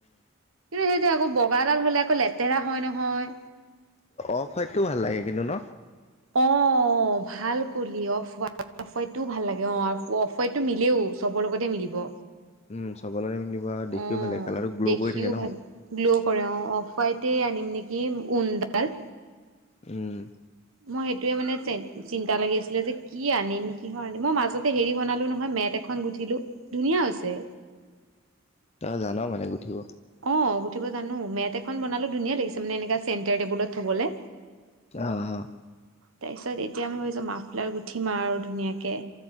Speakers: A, on the right; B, on the left.
A: কিন্তু সেইটো আকৌ বগাডাল হ'লে আকৌ লেতেৰা হয় নহয়।
B: অফ হয়াইটটো ভাল লাগে কিন্তু ন।
A: অ' ভাল কলি অফ। অফাৰটোও ভাল লাগে অ অফাৰটো মিলেও চবৰ লগতে মিলিব।
B: উম চবলৈৰে মিলিব আৰু দেখিও
A: অ
B: ভালাগে কালাৰটো গ্ল'
A: দেখিও
B: কৰি থাকে ন।
A: ভাল গ্ল' কৰে অ অফ হৱাইট আনিম নেকি উনডাল।
B: উম।
A: মই সেইটোৱে মানে চিন্তা লাগি আছিলে যে কি আনিম কিহৰ আনিম মই মাজত হেৰি বনালো নহয় মেট এখন গুঠিলো ধুনীয়া আছে।
B: তই জান মানে গুঠিব।
A: অ, উঠিব জানো মেট এখন বনালো ধুনীয়া লাগিছে মানে এনেককা চেণ্টাৰ টেবুলত থবলৈ।
B: অ', অ'।
A: তাৰপিছত এতিয়া মই ভাবিছো মাফলাৰ গুঠি ম আৰু ধুনীয়াকে